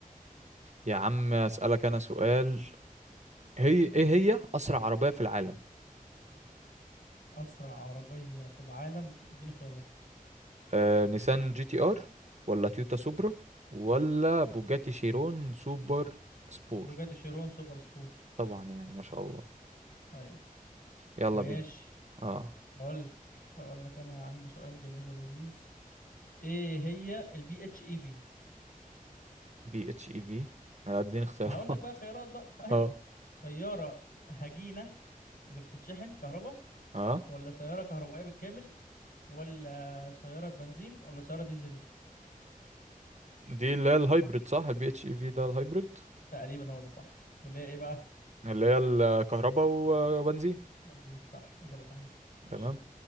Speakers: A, on the right; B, on the left.
A: يا عم اسألك انا سؤال هي ايه هي اسرع عربيه في العالم
B: أسرع عربية في العالم اديني خيارات
A: آه، نيسان جي تي ار ولا تويوتا سوبرا ولا بوجاتي شيرون سوبر سبورت
B: بوجاتي شيرون سوبر سبور
A: طبعا يعني ما شاء الله
B: أيوه
A: يلا
B: ماشي
A: بينا اه
B: اقول لك اقول لك انا يا عم سؤال جميل ولذيذ ايه هي البي اتش اي في
A: بي اتش اي في آه، اديني اختيار
B: هقول
A: <laughs>
B: لك بقى خيارات بقى <laughs> ايوه
A: اه
B: سياره هجينه اللي بتتشحن كهرباء
A: اه
B: ولا سياره كهربائيه بالكامل ولا سياره بنزين ولا سياره ديزل
A: دي اللي هي الهايبريد صح البي اتش اي في ده الهايبريد
B: تقريبا هو ده صح ده اللي هي ايه بقى
A: اللي هي الكهرباء وبنزين
B: بنزين صح اجابه صحيحه ماشي
A: تمام